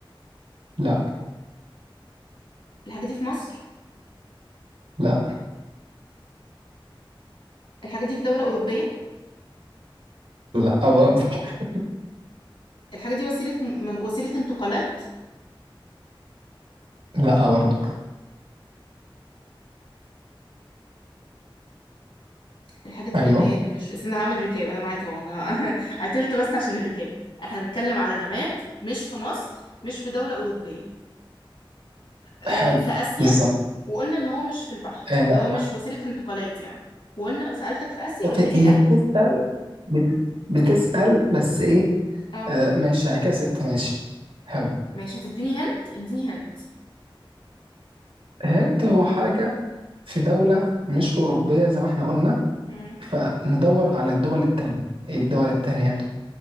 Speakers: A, on the right; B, on the left.
A: لا
B: الحاجة دي في مصر
A: لا
B: الحاجة دي في دولة أوروبية
A: لا برضه <laughs>
B: الحاجة دي وسيلة م- وسيلة انتقالات
A: لا برضه
B: الحاجة دي
A: ايوه
B: جماد مش استنى هعمل ركاب أنا معاك أهو أنا <laughs> قتلت بس عشان الركاب احنا بنتكلم على جماد مش في مصر مش في دولة أوروبية آه،
A: حلو
B: في آسيا
A: بالظبط
B: وقلنا ان هو مش في البحر
A: آه،
B: اللي هو مش وسيلة انتقالات يعني وقلنا سألتك في آسيا
A: بت-
B: قلت لي
A: هي
B: لا
A: بتسأل بت... بتسأل بس ايه
B: اه
A: آه ماشي يعني كده ستة ماشي حلو
B: ماشي هتديني هنت اديني هنت
A: هنت هو حاجة في دولة مش أوروبية زي ما احنا قلنا
B: مم.
A: فندور على الدول التانية ايه الدول التانية